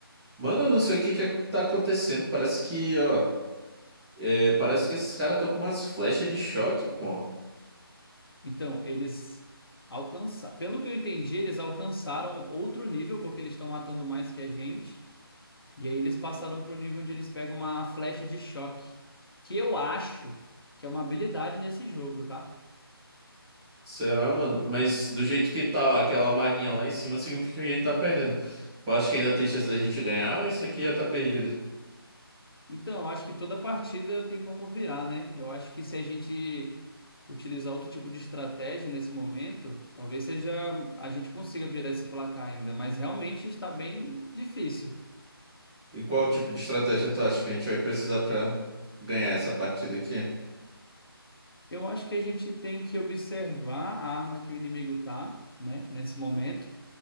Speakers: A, in the centre; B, on the left (about 65°).
A: Mano, eu não sei o que que tá acontecendo. Parece que, ó. é, parece que esses caras estão com umas flechas de choque, pô.
B: Então, eles alcançaram. Pelo que eu entendi, eles alcançaram outro nível, porque eles estão matando mais que a gente. E aí eles passaram para o nível onde eles pegam uma flecha de choque. Que eu acho que é uma habilidade nesse jogo, tá?
A: Será, mano? Mas do jeito que tá ó, aquela barrinha lá em cima, significa que a gente tá perdendo. Eu acho que ainda tem chance da gente ganhar ou isso aqui já tá perdido?
B: Então, eu acho que toda partida tem como virar, né? Eu acho que se a gente utilizar outro tipo de estratégia nesse momento, talvez seja a gente consiga virar esse placar ainda. Mas realmente está bem difícil.
A: E qual tipo de estratégia tu acha que a gente vai precisar pra ganhar essa partida aqui?
B: Eu acho que a gente tem que observar a arma que o inimigo tá, né, nesse momento,